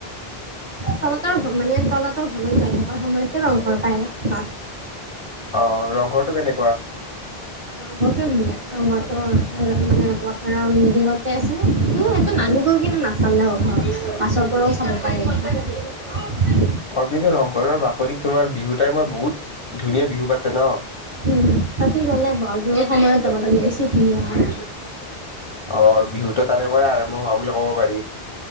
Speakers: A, on the right; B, on the left.
A: তলাতল ঘৰ মানে তলাতৰ ঘৰত জাই থকাৰ সময়ত ৰংঘৰ পাই ৰাস্তাত।
B: অহ ৰংঘৰটো কেনেকুৱা।
A: ৰংঘৰটো ধুনীয়া ৰংঘৰটো এ মানে পথাৰৰ মিদিনতে আছে ত সেটো নামিবই কিন্তু নাচালেও ঘৰ পাছৰ পৰাও চাব পাৰি।
B: অ কিন্তু ৰংঘৰৰ বাকৰিত তোমাৰ বিহু। টাইমত বহুত ধুনীয়া বিহু পাতে ন
A: উম তাকে গ'লে ব'হাগ বিহু সময়ত যাব লাগে। কি ধুনীয়া হয়।
B: অ বিহুতটো। তাৰে পৰাই আৰম্ভ হোৱা বুলি ক'ব পাৰি